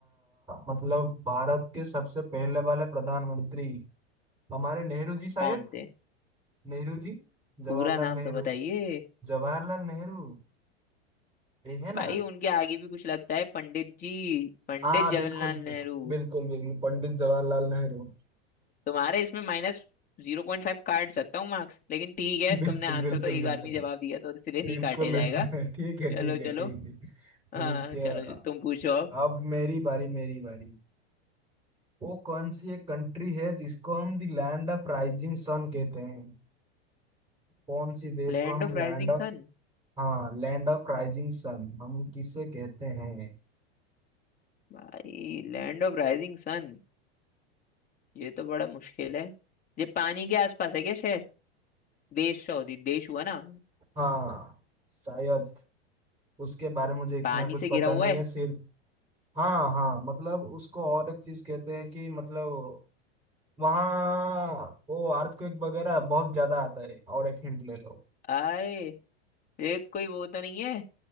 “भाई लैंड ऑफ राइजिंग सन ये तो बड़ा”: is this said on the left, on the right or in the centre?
Left